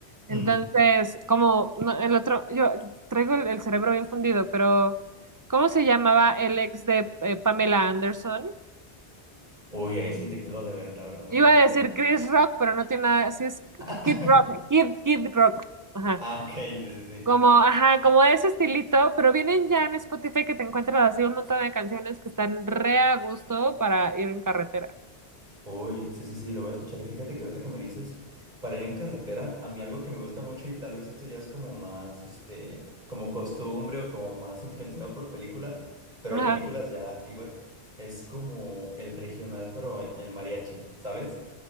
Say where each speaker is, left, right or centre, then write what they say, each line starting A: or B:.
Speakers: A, on the right; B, on the right.
A: Ujú.
B: Entonces, como no, el otro, yo traigo el, el cerebro bien fundido, pero ¿cómo se llamaba el ex de eh, Pamela Anderson?
A: Uy, ahí sí te quedó de ver, la verdad no
B: Iba
A: tengo
B: a
A: idea.
B: decir Chris Rock, pero no tiene nada, sí es
A: <laughs>
B: Kid Rock, Kid, Kid Rock. Ajá.
A: Ah, ok, sí, sí, sí.
B: Como, ajá, como de ese estilito, pero vienen ya en Spotify que te encuentras así un montón de canciones que están re a gusto para ir en carretera.
A: Uy, sí, sí, sí, lo voy a escuchar. Y fíjate que ahorita que me dices, para ir en carretera, a mí algo que me gusta mucho y tal vez esto ya es como más, este, como costumbre o como más influenciado por películas, pero
B: Ajá.
A: películas ya antiguas, es como el regional, pero el mariachi, ¿sabes?